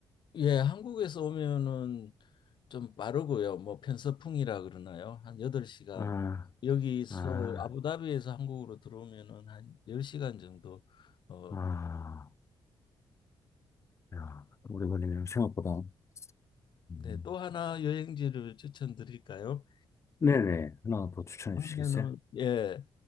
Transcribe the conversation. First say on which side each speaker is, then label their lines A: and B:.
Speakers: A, on the left (about 55°); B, on the left (about 30°).
A: 예, 한국에서 오면은 좀 빠르고요. 뭐 편서풍이라 그러나요? 한 8시간
B: 아,
A: 여기서
B: 아,
A: 아부다비에서 한국으로 들어오면은 한 10시간 정도 어
B: 아, 야, 오래 걸리네요, 생각보다. 음.
A: 네, 또 하나 여행지를 추천드릴까요?
B: 네네, 하나 더 추천해
A: 하면은
B: 주시겠어요?
A: 예.